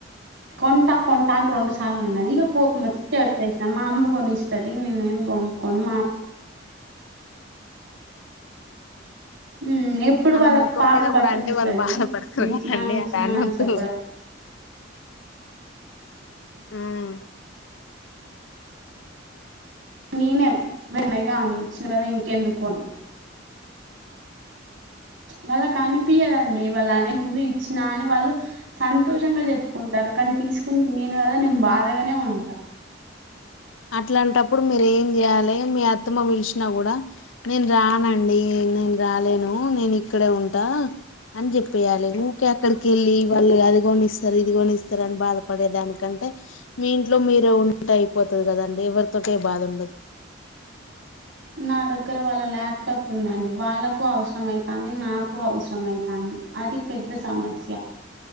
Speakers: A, on the right; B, on the left.
A: కొంట కొంటా అని రెండు సార్లు అన్నది ఇగ కోప్మ్ ఒచ్చ్ చెప్పేసా మా అమ్మ కొనిస్తది నేను ఏం గెనుక్కోను మా అమ్ ఉమ్, ఎప్పుడు
B: అలా
A: వాళ్ళ
B: ముఖం
A: పాప
B: మీద
A: బట్టలు
B: గుడ అంటే
A: ఇస్తుంది
B: వాళ్ళు బాధపడతరు
A: ఇచ్చినా
B: గదండి
A: ఇచ్చినా
B: అలా అనొద్దు
A: అని చెప్పడం
B: మ్
A: నేనే వెన్నయగా ఆమె ఇచ్చిన ఇంకెందుకు అన్న మళ్ళ కనిపియదండి వళ్ళ్ ముందు ఇచ్చిన అని వాళ్ళు సంతోషంగా చెప్పుకుంటారు కానీ తీసుకుని నేను గద నెన్ బాధగానే నె ఉంటా
B: అట్లాంటప్పుడు మీరు ఏం జెయాలి మీ అత్తమ్మ విల్శ్నా గూడా నేన్ రానండి నేన్ రాలేను నేన్ ఇక్కడే ఉంటా అన్ జెప్పేయాలి ఊకే అక్కడకి వెళ్ళి వాళ్ళు అది గోనిస్తారు ఇది గోనిస్తారు అని బాధపడేదానికంటే టె మీ ఇంట్లో మీరే ఉంటే అయిపోతాది గదండి ఎవ్వరితోటి ఏ బాధుండదు
A: నా దగ్గర వాళ్ళ ల్యాప్టాప్ ఉందండి వాళ్ళ కు అవసరం అయితాంది నాకు అవసర అయితాంది అది పెద్ద సమస్య